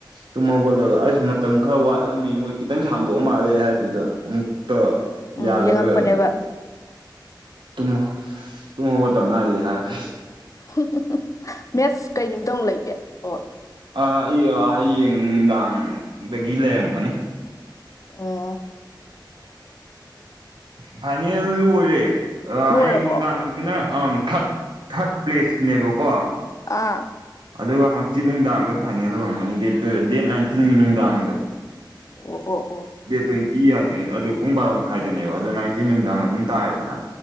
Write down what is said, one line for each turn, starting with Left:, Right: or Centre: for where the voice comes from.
Right: ꯇꯨꯝ ꯍꯧꯒꯠꯂꯒ ꯑꯁ ꯃꯇꯝ ꯈꯔ ꯋꯥꯠꯂꯝꯃꯤ ꯃꯣꯏ ꯈꯤꯇꯪ ꯁꯥꯡꯗꯣꯛꯑ ꯃꯥꯜꯂꯦ ꯍꯥꯏꯗꯨꯗ ꯑꯃꯨꯛꯇ
Left: ꯎꯝ
Right: ꯌꯥꯒꯗ꯭ꯔꯗꯅ
Left: ꯌꯦꯡꯉꯛꯄꯅꯦꯕ
Right: ꯇꯨꯝ ꯇꯨꯝꯍꯧꯒꯇ ꯉꯥꯏꯔꯤ ꯍꯥꯏꯔ
Left: ꯍꯨꯝꯝ ꯃꯦꯠꯁ ꯀꯩ ꯅꯨꯃꯤꯇ ꯑꯃꯨꯛ ꯂꯩꯒꯦ ꯑꯣꯑ
Right: ꯑꯥ ꯑꯩ ꯍꯌꯦꯡ ꯅꯨꯃꯤꯠꯗꯥꯡꯗꯒꯤ ꯂꯩꯔꯝꯒꯅꯤ꯫
Left: ꯑꫭꯑꫭ
Right: ꯐꯥꯏꯅꯦꯜ ꯂꯣꯏꯔꯦ
Left: ꯂꯣꯏꯔꯕꯣ
Right: ꯍꯌꯦꯡ ꯅꯨꯡꯗꯥꯡ ꯑꯗꯨꯅ ꯑꯪꯑ ꯊꯥꯔꯠ ꯊꯥꯔꯠ ꯄ꯭ꯂꯦꯁꯀꯤꯅꯦꯕꯀꯣ꯫
Left: ꯑꯥꯑꯑ
Right: ꯑꯗꯨꯒꯥ ꯍꯪꯆꯤꯠ ꯅꯨꯡꯗꯥꯡꯗ ꯐꯥꯏꯅꯦꯜ ꯑꯣꯏꯔꯝꯒꯅꯤ ꯗꯦꯠ ꯅꯥꯏꯟꯇꯤꯟꯒꯤ ꯅꯨꯡꯗꯥꯡꯗꯥ꯫
Left: ꯑꯣꯑ ꯑꯣ ꯑꯣꯑ
Right: ꯗꯦꯠ ꯇ꯭ꯋꯦꯟꯇꯤ ꯍꯥꯏꯗꯨꯅꯤ ꯑꯗꯨ ꯄꯨꯡ ꯕꯥꯔꯣ ꯃꯈꯥꯏꯗꯅꯦꯕ ꯑꯗꫭ ꯅꯥꯏꯇꯤꯟ ꯅꯨꯡꯗꯥꯡ ꯑꯗꯨꯝ ꯇꯥꯔꯦꯗꯅꯥ